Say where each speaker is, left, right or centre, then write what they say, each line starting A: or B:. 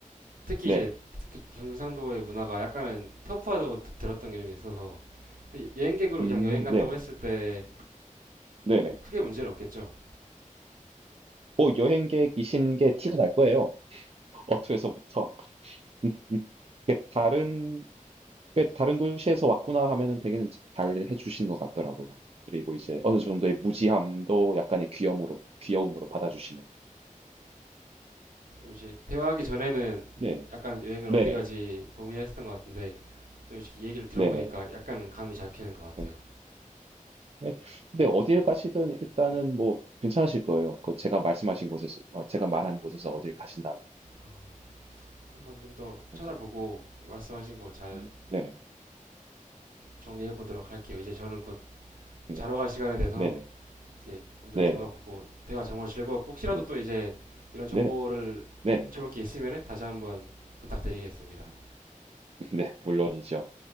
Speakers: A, on the right; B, on the right.
A: 특히
B: 네네.
A: 이제 그 경상도의 문화가 약간은 터프하다고 드- 들었던 게 좀 있어서 근데 여행객으로
B: 음,
A: 그냥 여행 간다고
B: 네.
A: 했을 때는
B: 네네.
A: 크게 문제는 없겠죠.
B: 뭐 여행객이신 게 티가 날 거예요. 어투에서부터. <laughs> 그 다른 그 다른 도시에서 왔구나 하면은 되게 잘 해주신 것 같더라고요. 그리고 이제 어느 정도의 무지함도 약간의 귀염으로 귀여움으로 받아주시는.
A: 좀 이제 대화하기 전에는
B: 네,
A: 약간 여행을
B: 네네,
A: 어디 가지 고민을 했던 것 같은데 또 이렇게 얘기를 들어보니까
B: 네네.
A: 약간 감이 잡히는 것 같아요.
B: 네. 네. 근데 어딜 가시든 일단은 뭐 괜찮으실 거예요. 그 제가 말씀하신 곳에서 어, 제가 말한 곳에서 어딜 가신다면.
A: 어, 한번 좀 더
B: 네.
A: 찾아보고 말씀하신 거 잘
B: 음, 네네,
A: 정리해 보도록 할게요. 이제 저는 곧
B: 네,
A: 자러 갈 시간대 돼서
B: 네네,
A: 이제 먼저
B: 네네,
A: 들어가 보고 대화 정말 즐거웠고 혹시라도
B: 네,
A: 또 이제 이런 정보를
B: 네네, 네네,
A: 여쭤볼 게 있으면은 다시 한번 부탁드리겠습니다.
B: 음, <laughs> 네, 물론이죠.